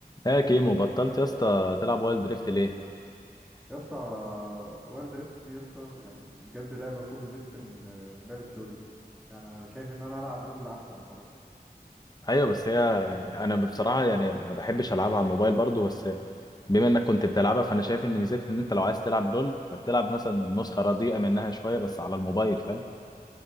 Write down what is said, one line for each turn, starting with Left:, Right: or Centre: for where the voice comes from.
Left: هي كيمو بطلت يا اسطى تلعب وايلد دريفت ليه؟
Centre: يا اسطى وورلد ريفت دي يا اسطى يعني بجد لعبه كوبي بيست من من لعبه لول يعني انا شايف ان انا العب لول احسن وخلاص
Left: ايوه بس هي يعني انا بصراحه يعني ما بحبش العبها على الموبايل برضو بس بما انك كنت بتلعبها فانا شايف ان ميزتها ان انت لو عايز تلعب لول فبتلعب مثلا نسخه رديئه منها شويه بس على الموبايل فاهم؟